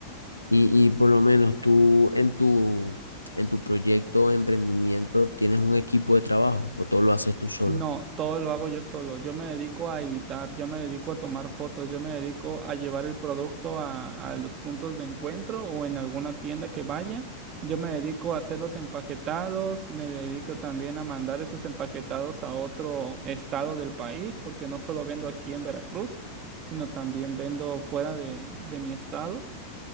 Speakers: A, on the left; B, on the right.
A: Y, y por lo menos tú en tu, en tu proyecto, emprendimiento, ¿tienes un equipo de trabajo o todo lo haces tú solo?
B: No, todo lo hago yo solo. Yo me dedico a editar, yo me dedico a tomar fotos, yo me dedico a llevar el producto a, a los puntos de encuentro o en alguna tienda que vaya. Yo me dedico a hacer los empaquetados, me dedico también a mandar esos empaquetados a otro estado del país, porque no solo vendo aquí en Veracruz, sino también vendo fuera de, de mi estado.